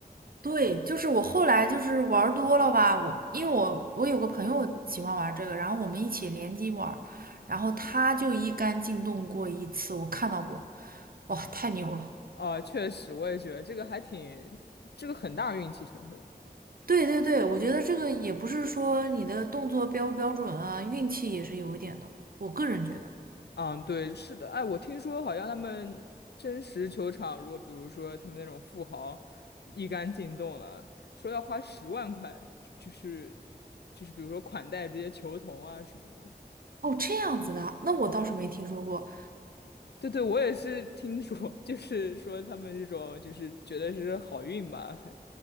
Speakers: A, on the right (about 60°); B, on the left (about 85°).
A: 对，就是我后来就是玩儿多了吧，我因为我我有个朋友喜欢玩儿这个，然后我们一起联机玩儿，然后他就一杆进洞过一次，我看到过，哇，太牛了！
B: 啊，确实，我也觉得这个还挺，这个很大运气成分。
A: 对对对，我觉得这个也不是说你的动作标不标准啊，运气也是有一点的，我个人觉得。
B: 嗯，对，是的，哎，我听说好像他们真实球场，如果比如说他们那种富豪一杆进洞了，说要花十万块，就是就是比如说款待这些球童啊什么的。
A: 哦，这样子的，那我倒是没听说过。
B: 对对，我也是听说，<laughs> 就是说他们这种就是觉得是好运吧，还